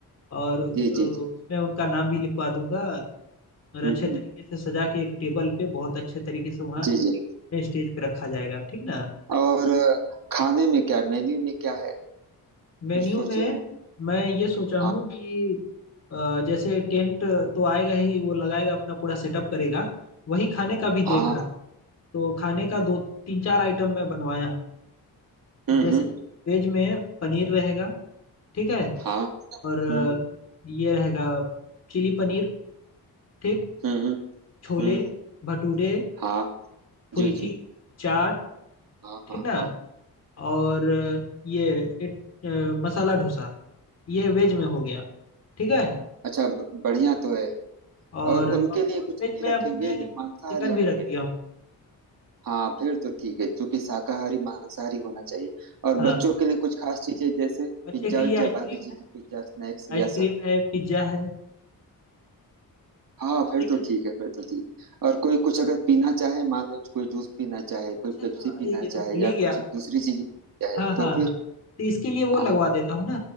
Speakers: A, on the left; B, on the right.
A: और
B: जी
A: अ, उसमें
B: जी जी
A: उनका नाम भी लिखवा दूंगा और अच्छे
B: हम्म हम्म
A: तरीके से सजा के एक टेबल पे बहुत अच्छे तरीके से वहाँ
B: जी जी
A: स्टेज पे रखा जाएगा ठीक ना
B: और अ, खाने में क्या मेन्यू में क्या है
A: मेन्यू
B: कुछ सोचे
A: में
B: हैं
A: मैं ये सोचा हूँ
B: हाँ
A: कि अ, जैसे टेंट तो आएगा ही वो लगाएगा अपना पूरा सेटअप करेगा वही खाने का भी
B: हाँ
A: देख रहा तो खाने का दो तीन चार आइटम मैं बनवाया हूँ
B: हम्म
A: जैसे
B: हम्म
A: वेज में पनीर रहेगा ठीक है
B: हाँ
A: और अ,
B: हम्म
A: ये रहेगा चिली पनीर ठीक
B: हम्म हम्म
A: छोले
B: हम्म,
A: भटूरे
B: हाँ
A: फुल्की
B: जी जी
A: चाट
B: हाँ
A: ठीक
B: हाँ
A: ना
B: हाँ
A: और ये इट अ, मसाला डोसा ये वेज में हो गया ठीक है
B: अच्छा ब- बढ़िया तो है
A: और
B: और उनके
A: नॉन
B: लिए कुछ
A: वेज
B: नहीं
A: में
B: रखेंगे
A: अपने
B: जो
A: चिकन
B: मांसाहारी आएंगे
A: भी रख दिया हूँ
B: हाँ फिर तो ठीक है क्योंकि शाकाहारी मांसाहारी होना चाहिए और
A: हाँ हाँ।
B: बच्चों के लिए कुछ खास चीजें जैसे
A: बच्चे
B: पिज्जा
A: के लिए
B: उज्जा
A: आइसक्रीम
B: बाकी चीजें
A: है
B: पिज्जा स्नैक्स
A: आइसक्रीम
B: या सब
A: है पिज्जा है
B: हाँ फिर
A: सही
B: तो
A: है
B: ठीक है फिर तो ठीक और कोई कुछ अगर पीना चाहे मान लो कोई जूस पीना चाहे कोई
A: अच्छा अच्छा
B: पेप्सी
A: अरे
B: पीना
A: ये तो
B: चाहे
A: भूल ही
B: या
A: गया
B: कुछ दूसरी चीज चाहे
A: हाँ हाँ
B: तो फिर
A: हाँ तो इसके लिए वो
B: हाँ
A: लगवा देता हूँ ना